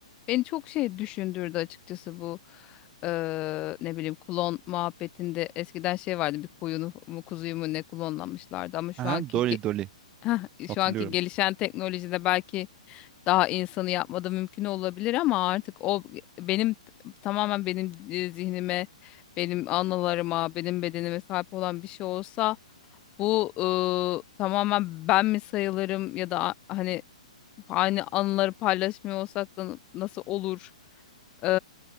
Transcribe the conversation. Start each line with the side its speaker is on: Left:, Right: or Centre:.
Left: Beni çok şey düşündürdü açıkçası bu eee, ne bileyim klon muhabbetinde eskiden şey vardı bir koyunu mu kuzuyu mu ne klonlamışlardı ama şu
Right: Aha,
Left: anki
Right: Dolly
Left: ge-
Right: Dolly.
Left: <laughs> şu
Right: Hatırlıyorum.
Left: anki gelişen teknolojide belki daha insanı yapmada mümkün olabilir ama artık o benim tamamen benim e, zihnime benim anılarıma benim bedenime sahip olan bir şey olsa bu eee, tamamen ben mi sayılırım ya da a- hani aynı anıları paylaşmıyor olsak da nasıl olur? Eee,